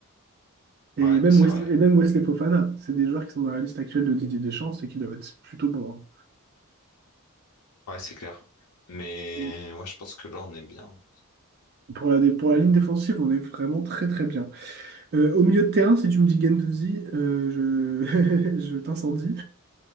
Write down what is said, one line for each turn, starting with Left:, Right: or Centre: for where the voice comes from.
Right: Et
Left: Ouais,
Right: même
Left: c'est
Right: Wesley,
Left: vrai.
Right: et même Wesley Fofana. C'est des joueurs qui sont dans la liste actuelle de Didier Deschamps et qui doivent être plutôt bons.
Left: Ouais, c'est clair. Mais
Right: hein.
Left: ouais, je pense que là, on est bien.
Right: Pour la, dé- pour la ligne défensive, on est vraiment très très bien. Euh, au milieu de terrain, si tu me dis Gendouzi, euh, je, <laughs> je t'incendie.